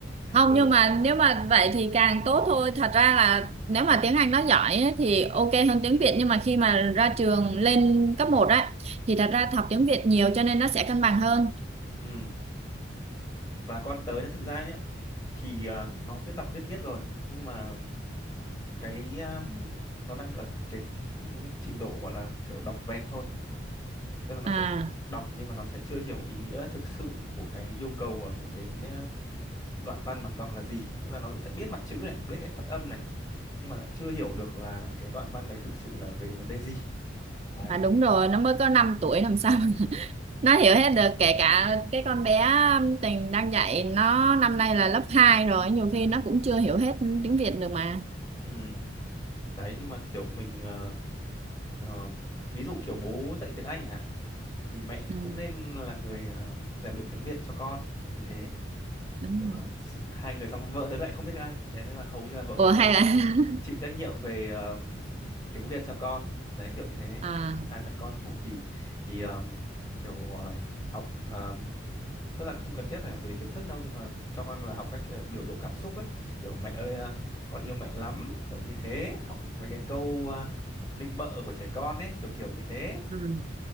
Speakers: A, on the right; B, on the left.
A: không
B: bởi
A: nhưng
B: vì
A: mà nếu mà vậy thì càng tốt thôi thật ra là nếu mà tiếng Anh nó giỏi ấy, thì ok hơn tiếng Việt nhưng mà khi mà ra trường lên cấp một á thì thật ra học tiếng Việt nhiều cho nên nó sẽ cân bằng hơn
B: ừ. và con tớ nhá thực ra nhá thì à, nó biết đọc biết viết rồi nhưng mà cái à, nó đang ở cái trình độ gọi là kiểu đọc vẹt thôi tức là nó
A: à
B: sẽ đọc nhưng mà nó sẽ chưa hiểu ý nghĩa thực sự của cái yêu cầu hoặc là của cái à, đoạn văn mà nó đọc là gì tức là nó sẽ biết mặt chữ này biết cách phát âm này nhưng mà lại chưa hiểu được là cái đoạn văn đấy thực sự là về vấn đề gì đấy
A: mà đúng rồi nó mới có 5 tuổi làm sao <laughs> nó hiểu hết được kể cả
B: <laughs>
A: cái con bé Tình đang dạy nó năm nay là lớp 2 rồi nhiều khi nó cũng chưa hiểu hết tiếng Việt được mà
B: ừ. đấy nhưng mà kiểu mình ờ, ờ, ví dụ kiểu bố dạy tiếng Anh chẳng hạn thì mẹ
A: ừ,
B: cũng nên là người ờ, rèn luyện tiếng Việt cho con kiểu như thế
A: đúng
B: kiểu là
A: rồi
B: s- hai người xong vợ tớ lại không biết tiếng Anh đấy nên là hầu như là vợ
A: ủa
B: tớ
A: hay là <laughs>
B: chịu trách nhiệm về ờ, <laughs> tiếng Việt cho con đấy kiểu như thế
A: à
B: hai mẹ con thủ thị thì ờ, kiểu ờ, học ờ, tức là không cần thiết phải về kiến thức đâu nhưng mà cho con là học cách ờ, biểu lộ cảm xúc ấy kiểu mẹ ơi ờ, con yêu mẹ lắm kiểu như thế học mấy cái câu ờ, nịnh bợ của trẻ con ấy kiểu kiểu như thế
A: ừ,